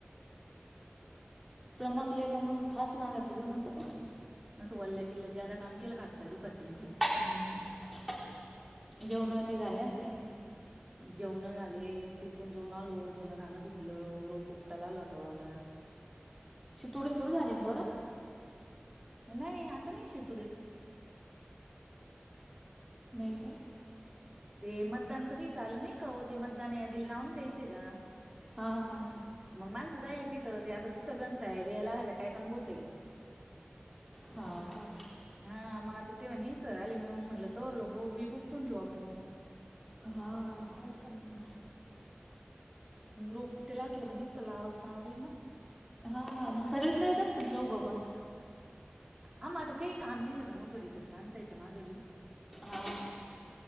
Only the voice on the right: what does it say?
असं वल्ल्या चिल्लत ज्यादा काम केलं का हात पाय दुखती.
जेवण झाले. तिकून जाऊन आलो. धुनं धानं धुतलं, रोप उपटाला आलो आता वावरात.
नाही आता नाही शेतुढे.
ते मतदानचं काही चालू नाही का ओ ते मतदान यादीला नाव नाही द्यायचं का.
मग माणसं जायली तिथं ते, आता तिथं पण साहेब या लाग त्या काय कोण बोलतय. <inaudible>
हा मग आता ते म्हणे, सराले मून म्हटलं तर लोक रोप बी प उपटून ठेवू आपूण.
रोप उकटे असले, काणी निसत लावायच काम राहिल ना.
हा मग आता काही काम नाही ना घेत हो घडीतच माणसायच्या मागं बी